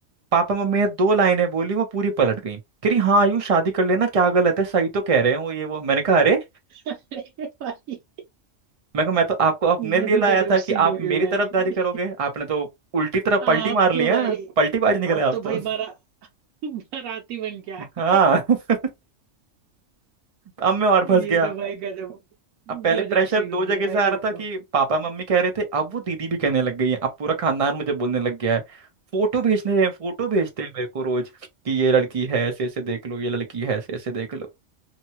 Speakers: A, on the right; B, on the right.
A: पापा मम्मी ने दो लाइनें बोली वो पूरी पलट गई कह रही हाँ आयु शादी कर लेना क्या गलत है सही तो कह रहे हैं वो ये वो मैंने कहा अरे
B: अरे भाई
A: मैं कहा मैं तो आपको अपने लिए
B: ये तो
A: लाया
B: गजब
A: था कि
B: सीन
A: आप
B: हो
A: मेरी
B: गया भाई
A: तरफदारी करोगे आपने तो उल्टी तरफ
B: आप
A: पलटी मार ली
B: तो
A: है
B: भाई
A: पलटीबाज निकले
B: आप
A: आप
B: तो
A: तो
B: भाई बारा बाराती बन के आए
A: हाँ <laughs> अब मैं और फंस
B: ये
A: गया
B: तो भाई गजब
A: अब पहले
B: गजब
A: प्रेशर
B: सीन
A: दो
B: हो गया
A: जगह से
B: भाई
A: आ रहा
B: ये
A: था कि
B: तो
A: पापा मम्मी कह रहे थे अब वो दीदी भी कहने लग गई है अब पूरा खानदान मुझे बोलने लग गया है फोटो भेजने हैं फोटो भेजते हैं मेरे को रोज कि ये लड़की है ऐसे ऐसे देख लो ये लड़की है ऐसे ऐसे देख लो